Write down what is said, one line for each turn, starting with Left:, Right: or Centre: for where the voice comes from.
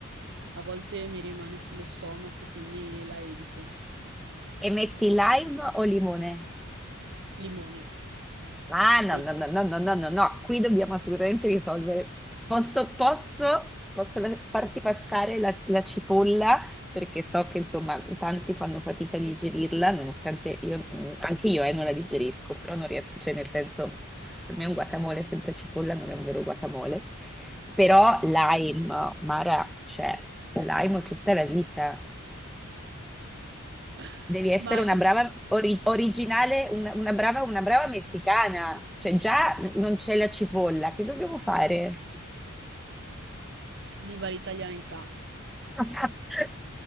Right: a volte mi rimane sullo stomaco, quindi la evito.
Centre: e metti lime o limone?
Right: Limone,
Centre: Ah, no,
Right: lo
Centre: no, no, no, no, no, no, no, qui dobbiamo assolutamente risolvere. Posso, posso, posso la- farti passare la, la cipolla, perché so che insomma tanti fanno fatica a digerirla, nonostante io, mh, anche io eh, non la digerisco, però non riesco, cioè nel senso, per me un guacamole senza cipolla non è un vero guacamole. Però lime, Mara, cioè, lime tutta la vita.
Right: <laughs>
Centre: Devi essere
Right: Ma
Centre: una
Right: io
Centre: brava ori- originale, una, una brava, una brava messicana. Cioè, già non c'è la cipolla, che dobbiamo fare?
Right: viva l'italianità.
Centre: <laughs>